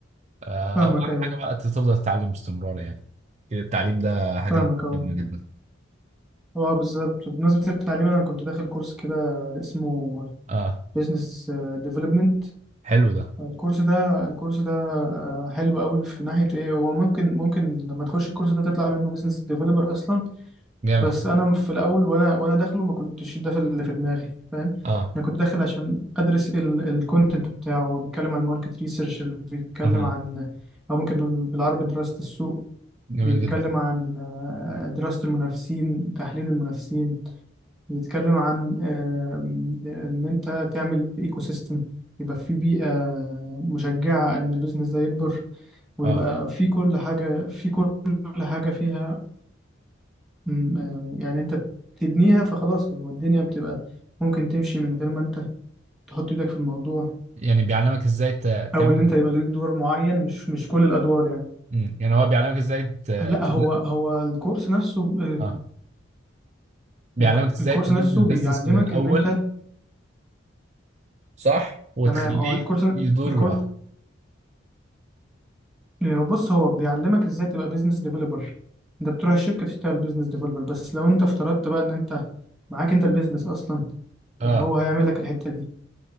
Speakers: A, on the right; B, in the centre.
A: آه
B: فاهمك
A: واهم
B: ايوه
A: حاجه بقى تفضل تتعلم باستمرار يعني التعليم ده حاجه
B: فاهمك اه
A: مهمه جدا
B: اه بالظبط بمناسبة التعليم انا كنت داخل كورس كده اسمه
A: اه
B: بيزنس ديفلوبمنت
A: حلو ده
B: الكورس ده الكورس ده آه، حلو قوي في ناحية ايه هو ممكن ممكن لما تخش الكورس ده تطلع منه بيزنس ديفلوبر اصلا
A: جامد
B: بس انا في الاول وانا وانا داخله ما كنتش ده في اللي في دماغي فاهم
A: اه
B: انا كنت داخل عشان ادرس الكونتنت بتاعه هو بيتكلم عن ماركت ريسيرش اللي بيتكلم
A: اه
B: عن او ممكن نقول بالعربي دراسة السوق
A: جميل
B: بيتكلم
A: جدا
B: عن آه، دراسة المنافسين تحليل المنافسين بيتكلم عن آم، ان انت تعمل ايكو سيستم يبقى في بيئة آه، مشجعة ان البيزنس ده يكبر ويبقى
A: اه
B: في كل حاجة في كل حاجة فيها م، آه، يعني انت تبنيها فخلاص هو الدنيا بتبقى ممكن تمشي من غير ما انت تحط ايدك في الموضوع
A: يعني بيعلمك ازاي ت-
B: او
A: تعمل
B: ان انت يبقى ليك دور معين مش مش كل الادوار يعني
A: مم. يعني هو بيعلمك ازاي ت... ت-
B: لا هو هو الكورس نفسه ب-
A: اه بيعلمك
B: الكو-
A: ازاي
B: الكورس
A: تبيلد
B: نفسه
A: البيزنس
B: بيعلمك
A: من الاول
B: ان انت
A: صح وتخليه
B: تمام اه الكورس
A: يدور
B: الكورس
A: لوحده
B: آه، بص هو بيعلمك ازاي تبقى بيزنس ديفلوبر انت بتروح الشركه تشتغل بيزنس ديفلوبر بس لو انت افترضت بقى ان انت معاك انت البيزنس اصلا
A: اه
B: فهو هيعمل لك الحته دي